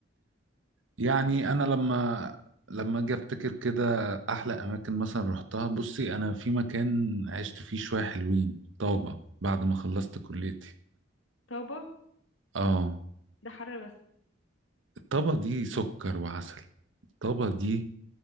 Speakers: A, on the right; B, on the left.
A: يعني انا لما لما اجي افتكر كده احلى اماكن مثلا رحتها بصي انا في مكان عشت فيه شوية حلوين طابة بعد ما خلصت كليتي
B: طابة
A: اه
B: ده حر بس
A: الطابة دي سكر وعسل الطابة دي